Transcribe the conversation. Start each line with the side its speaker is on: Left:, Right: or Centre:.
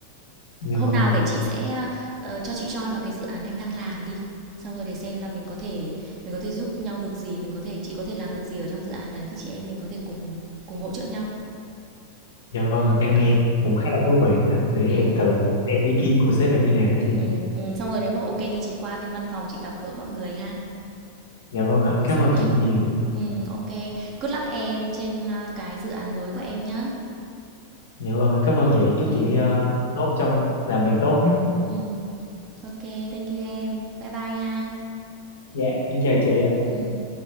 Left: dạ
Right: Hôm
Left: vâng
Right: nào
Left: ạ
Right: để chị sẽ, ờ, cho chị join vào cái dự án em đang làm đi, xong rồi để xem là mình có thể mình có thể giúp nhau được gì, mình có thể chị có thể làm được gì ở trong dự án đấy thì chị em mình có thể cùng cùng hỗ trợ nhau.
Left: dạ vâng ạ em
Right: Ờ,
Left: nghe cũng khá là thú vị đó ạ. để
Right: ừm,
Left: em thử xem ý kiến của sếp em như nào nhé chị
Right: ừm, ừm, xong rồi nếu mà ok thì chị qua bên văn phòng chị gặp gỡ mọi người ha.
Left: dạ vâng ạ em
Right: Ờ,
Left: cảm
Right: Sắn
Left: ơn
Right: tay
Left: chị
Right: vào
Left: nhiều
Right: ạ. Ừm, OK. Good luck em trên, à, cái dự án mới của em nhá.
Left: dạ vâng em cảm ơn chị chúc
Right: Ừm,
Left: chị ờ, tốt trong làm việc tốt nhé
Right: ừm. OK, thank you em. Bye bye ha.
Left: dạ em chào chị ạ
Right: Ừm.